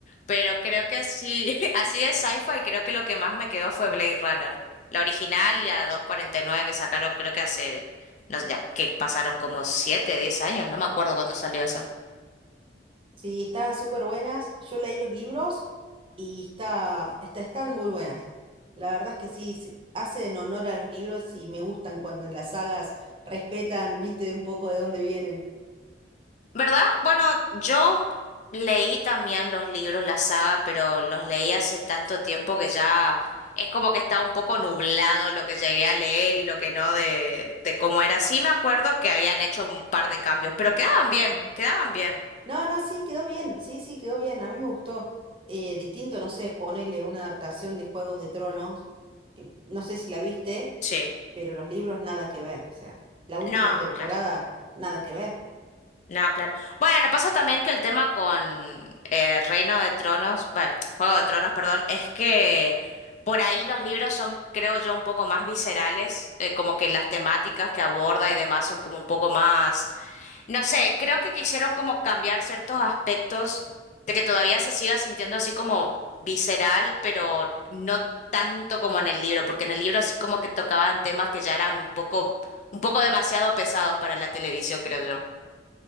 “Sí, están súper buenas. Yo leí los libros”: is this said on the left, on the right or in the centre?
Right